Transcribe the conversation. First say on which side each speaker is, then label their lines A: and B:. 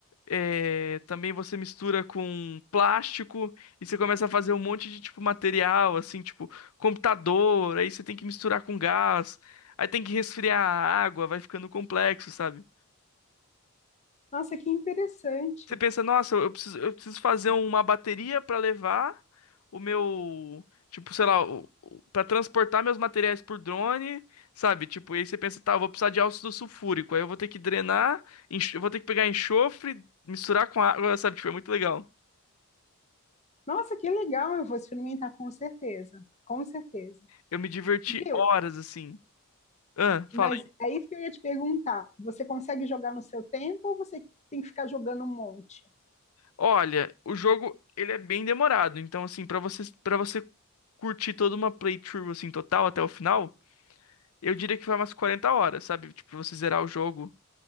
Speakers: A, on the left; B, on the left.
A: é, também você mistura com plástico e você começa a fazer um monte de, tipo, material, assim, tipo, computador. Aí você tem que misturar com gás. Aí tem que resfriar a água, vai ficando complexo, sabe?
B: Nossa, que interessante.
A: Você pensa, nossa, eu preciso, eu preciso fazer uma bateria para levar o meu, tipo, sei lá, para transportar meus materiais por drone, sabe? Tipo, e aí você pensa, tá, eu vou precisar de ácido sulfúrico, aí eu vou ter que drenar, enx- eu vou ter que pegar enxofre, misturar com água, sabe? Tipo, é muito legal.
B: Nossa, que legal. Eu vou experimentar com certeza. Com certeza.
A: Eu me diverti
B: Viu?
A: horas assim. Ah, fala
B: Mas
A: aí.
B: é isso que eu ia te perguntar. Você consegue jogar no seu tempo ou você tem que ficar jogando um monte?
A: Olha, o jogo, ele é bem demorado, então assim, para você para você curtir toda uma playthrough assim total até o final, eu diria que vai umas 40 horas, sabe? Tipo, pra você zerar o jogo.